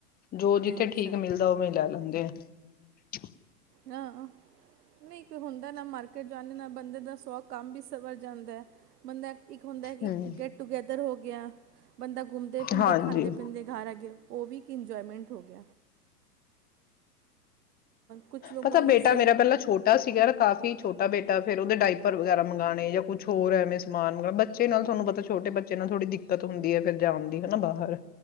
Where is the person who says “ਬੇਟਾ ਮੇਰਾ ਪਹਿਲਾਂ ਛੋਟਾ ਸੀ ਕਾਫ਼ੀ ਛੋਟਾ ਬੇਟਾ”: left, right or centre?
Left